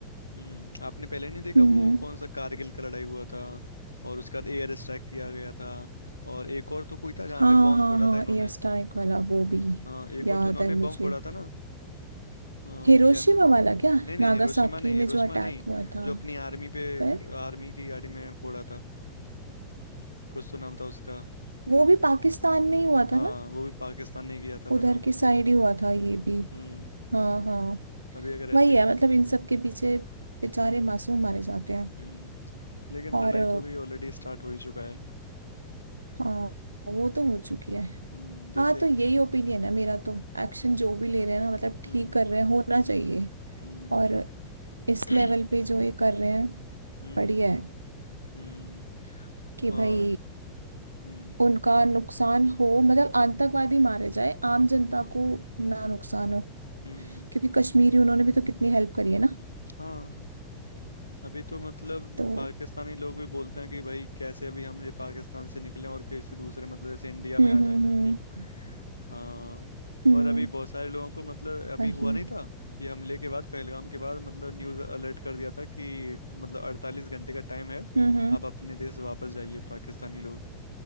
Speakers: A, on the left; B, on the right.
A: हम्म आपने पहले नहीं देखा
B: हम्म
A: वो
B: हम्म।
A: कौन सा कारगिल का लड़ाई हुआ था और उसके बाद एयर स्ट्राइक किया गया था और एक और तो कोई था जहाँ
B: हाँ
A: पे बॉम्ब
B: हाँ
A: फोड़ा
B: हाँ
A: था इन्होंने
B: एयर स्ट्राइक वाला वो भी
A: हाँ एक
B: याद
A: और तो इन्होंने
B: है मुझे
A: बम फोड़ा था ना अ,
B: हिरोशिमा
A: क्या ना
B: वाला क्या
A: नहीं नहीं
B: नागासाकी
A: हिरोशिमा नहीं हिरोशिमा
B: में जो अटैक
A: नहीं
B: हुआ था
A: जो अपनी आर्मी पे
B: फिर
A: आर्मी की गाड़ी में फोड़ा था कुछ तो नाम था उसका
B: वो भी पाकिस्तान में ही हुआ
A: हाँ
B: था ना
A: वो भी पाकिस्तान ने किया था बताओ
B: उधर की साइड ही हुआ था ये भी
A: हम्म
B: हाँ हाँ
A: अभी अगर ऐसे
B: वही
A: करते
B: है मतलब
A: रहे-
B: इन सब के पीछे बेचारे
A: हम्म
B: मासूम मारे जाते हैं
A: हम्म लेकिन
B: और
A: लड़ाई
B: अ,
A: तो अभी ऑलरेडी स्टार्ट हो ही चुका है
B: हाँ वो तो हो चुकी है
A: हम्म
B: हाँ
A: जैसे
B: तो यही ओपिनियन है मेरा तो एक्शन जो भी ले रहे हैं ना मतलब ठीक
A: हम्म
B: कर रहे हैं होना चाहिए
A: हम्म
B: और इस
A: <clears throat>
B: लेवल पे जो ये कर रहे हैं
A: हम्म
B: बढ़िया है
A: हम्म
B: कि भाई
A: और हम्म
B: उनका नुकसान हो मतलब आतंकवादी मारे जाए आम जनता को ना नुकसान हो
A: हम्म
B: क्योंकि कश्मीरी उन्होंने भी तो कितनी हेल्प करी है ना
A: हाँ अभी तो मतलब
B: तो
A: पाकिस्तानी लोग भी बोलते हैं कि भाई कैसे अभी हम ये पाकिस्तान से निकलें और किसी दूसरे मतलब जैसे इंडिया में
B: हम्म
A: आ जाएं
B: हम्म
A: हम्म
B: हम्म
A: हाँ
B: हम्म,
A: और अभी बहुत सारे लोगों को मतलब अभी
B: वही
A: हुआ नहीं था ये हमले के बाद पहलगाम के बाद मतलब न्यूज़ अलर्ट कर दिया था कि मतलब 48 घंटे का टाइम है
B: हम्म हम्म
A: आप अपने देश वापस जाइए पाकिस्तानी लोग